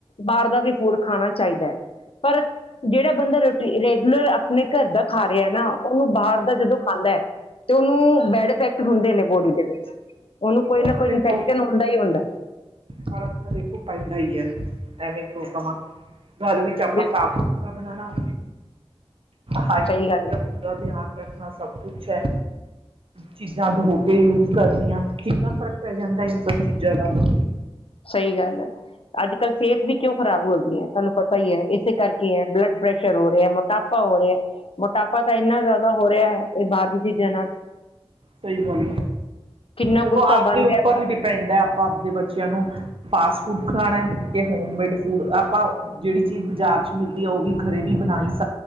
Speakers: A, on the left; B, on the right.
A: ਬਾਹਰ ਦਾ ਵੀ। ਫੂਡ ਖਾਣਾ ਚਾਹੀਦਾ ਹੈ ਪਰ ਜਿਹੜਾ ਬੰਦਾ ਰੋਟੀ ਰੈਗੂਲਰ ਆਪਣੇ ਘਰ ਦਾ ਖਾ ਰਿਹਾ ਨਾ। ਬਾਹਰ ਦਾ ਜਦੋਂ ਖਾਂਦਾ ਹੈ ਤੇ ਉਹਨੂੰ ਬੈਡ ਇਫੈਕਟ ਹੁੰਦੇ ਨੇ ਬੋਡੀ ਦੇ ਵਿੱਚ। ਉਹਨੂੰ ਕੋਈ
B: ਉਹ
A: ਨਾ
B: ਤਾਂ
A: ਕੋਈ
B: ਦੇਖੋ
A: ਇਨਫੈਕਸ਼ਨ ਹੁੰਦਾ ਹੀ ਹੁੰਦਾ
B: ਫਰਕ ਤਾਂ ਦੇਖੋ ਪੈਂਦਾ ਹੀ ਹੈ। ਐਵੇਂ ਕਿਉਂ ਕਹਾ ਘਰ ਵਿੱਚ ਆਪਾਂ
A: ਬਿਲਕੁਲ
B: ਸਾਫ ਸੁ ਥਰਾ ਬਣਾਉਣਾ। ਹਾਈਜੀਨਿਕ
A: ਸਹੀ ਗੱਲ ਹੈ
B: ਦਾ ਪੂਰਾ ਧਿਆਨ। ਰੱਖਣਾ ਸਭ ਕੁਛ ਹੈ। ਚੀਜ਼ਾਂ ਬਹੁਤ ਯੂਜ ਕਰਨੀ ਆ ਕਿੰਨਾ ਫ਼ਰਕ ਪੈ ਜਾਂਦਾ ਇਹ ਸਭ ਚੀਜ਼ਾਂ ਦਾ ਵੀ।
A: ਸਹੀ ਗੱਲ ਹੈ ਅੱਜ ਕੱਲ ਸਿਹਤ ਵੀ ਕਿਉਂ ਖ਼ਰਾਬ ਹੋ ਗਈ ਹੈ ਤੁਹਾਨੂੰ ਪਤਾ ਹੀ ਹੈ ਇਸੇ ਕਰਕੇ ਹੈ ਬਲੱਡ ਪ੍ਰੈਸ਼ਰ ਹੋ ਰਿਹਾ ਮੋਟਾਪਾ ਹੋ ਰਿਹਾ ਮੋਟਾਪਾ ਤਾਂ ਇੰਨਾ ਜ਼ਿਆਦਾ ਹੋ ਰਿਹਾ ਹੈ ਇਹ ਬਾਹਰ ਦੀ ਚੀਜ਼ਾਂ ਨਾਲ।
B: ਸਹੀ ਗੱਲ ਹੈ,
A: ਕਿੰਨਾ
B: ਦੇਖੋ
A: ਕੁਛ ਤਾਂ
B: ਆਪਦੇ
A: ਬਣ
B: ਉੱਪਰ
A: ਰਿਹਾ
B: ਹੀ ਡਿਪੈਂਡ ਹੈ ਆਪਾਂ ਆਪਦੇ ਬੱਚਿਆਂ ਨੂੰ ਫਾਸਟ ਫੂਡ ਖਾਵਾਣਾ ਤੇ ਹੋਮਮੇਡ ਫੂਡ ਆਪਾਂ ਜਿਹੜੀ ਚੀਜ਼ ਬਾਜ਼ਾਰ ਚ ਮਿਲਦੀ ਆ ਉਹ ਹੀ ਗਰੇ ਨੀ ਬਣਾ ਹੀ ਸ